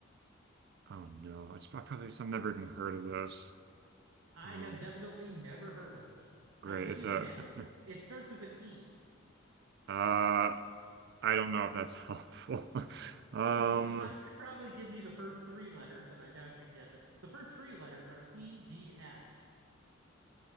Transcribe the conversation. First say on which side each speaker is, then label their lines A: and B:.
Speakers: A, on the right (about 55°); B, on the right (about 85°).
A: Oh no, it's prob- probably some never even heard of this.
B: I
A: Um,
B: have definitely never heard of it.
A: great.
B: I will give
A: It's
B: you
A: a
B: a hint.
A: <laughs>
B: It starts with an E.
A: uh I don't know if that's helpful. <laughs>
B: <laughs> I
A: Um
B: could probably give you the first three letters, and I doubt you'd guess it. The first three letters are EDS.